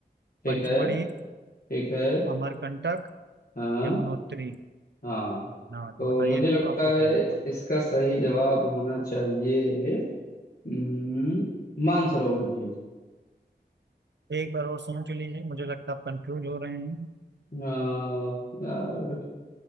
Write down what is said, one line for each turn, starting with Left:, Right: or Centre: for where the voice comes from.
Left: ठीक
Right: पंचमढ़ी
Left: है ठीक है
Right: अमरकंटक
Left: हाँ
Right: यमुनोत्री
Left: हाँ
Right: हाँ
Left: तो
Right: तो बताइए
Left: मुझे लगता
Right: आपको क्या
Left: है
Right: लग रहा
Left: इसका सही जवाब होना चाहिए हम्म, मानसरोवर झील
Right: है एक बार और सोच लीजिए मुझे लगता है आप कंफ्यूज हो रहे हैं
Left: अ, यार